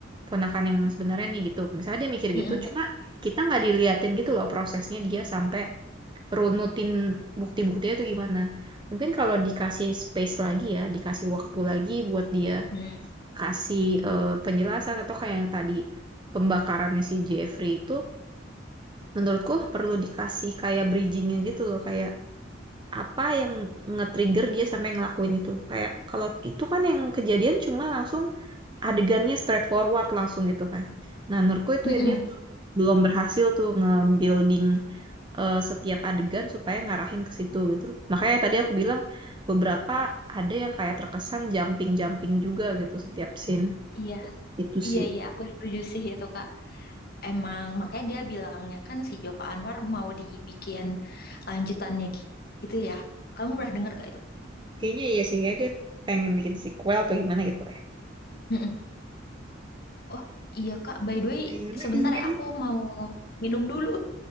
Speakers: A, on the right (about 25°); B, on the left (about 55°).
A: ponakan yang sebenarnya nih gitu misalnya dia mikir
B: Mm-mm.
A: gitu cuma kita nggak diliatin gitu loh prosesnya dia sampai runutin bukti-buktinya tuh gimana mungkin kalau dikasih space lagi ya dikasih waktu lagi buat dia
B: Mm-mm.
A: kasih eh, penjelasan atau kayak yang tadi pembakarannya si Jeffrey itu menurutku perlu dikasih kayak bridgingnya gitu loh kayak apa yang nge-trigger dia sampai ngelakuin itu kayak kalau itu kan yang kejadian cuma langsung adegannya straightforward langsung gitu kan nah menurutku itu
B: Mm-mm.
A: ya dia belum belum berhasil tuh nge-building eh, setiap adegan supaya ngarahin ke situ gitu makanya tadi aku bilang beberapa ada yang kayak terkesan jumping-jumping juga gitu setiap scene
B: Iya,
A: gitu
B: iya
A: sih
B: iya aku setuju sih itu Kak. Emang makanya dia bilangnya kan si Joko Anwar mau dibikin lanjutannya gi- gitu ya. Kamu
A: Mm-mm.
B: pernah dengar gak itu?
A: Kayaknya iya sih, kayaknya dia pengen bikin sequel atau gimana gitu ya.
B: Mm-mm. Oh iya Kak, by the way
A: Kayaknya
B: sebentar
A: iya.
B: ya aku mau minum dulu.